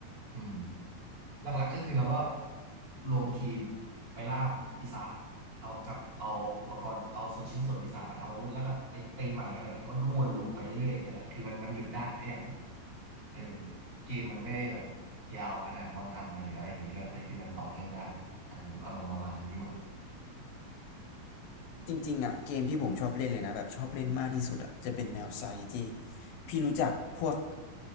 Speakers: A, on the right; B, on the left.
A: อืมหลักๆก็คือเราก็รวมทีมไปล่าปีศาจเอากับเอาอุปกรณ์เอาส่วนชิ้นส่วนปีศาจมาทำอาวุธแล้วก็ไปตีใหม่อะไรเงี้ยมันก็วนลูปไปเรื่อยๆอย่างเงี้ยแหละคือมันมันหยุดได้ถ้าอยากหยุดเออเกมมันไม่ได้แบบยาวขนาดมอนทันนะหรืออะไรอย่างงี้ด้วยแต่คือมันต่อเนื่องได้อารมณ์อารมณ์ประมาณนี้ดีกว่า
B: จริงๆอ่ะเกมที่ผมชอบเล่นเลยนะแบบชอบเล่นมากที่สุดอ่ะจะเป็นแนว strategy พี่รู้จักพวก